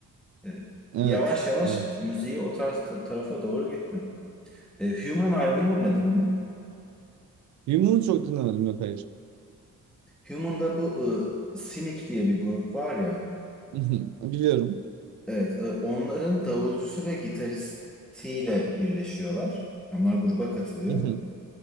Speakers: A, in the centre; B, on the right.
A: E,
B: evet.
A: yavaş yavaş
B: evet.
A: müziği o tarz ta- tarafa doğru gitti. E, Human Ivy'ni dinledin mi?
B: Yumruğunu çok dinlemedim. Yok hayır. <laughs>
A: Human'da bu e, Cynic diye bir grup var ya.
B: Mhm, Biliyorum.
A: Evet, e, onların davulcusu ve gitaristiyle birleşiyorlar. Onlar gruba katılıyor.
B: Mhm,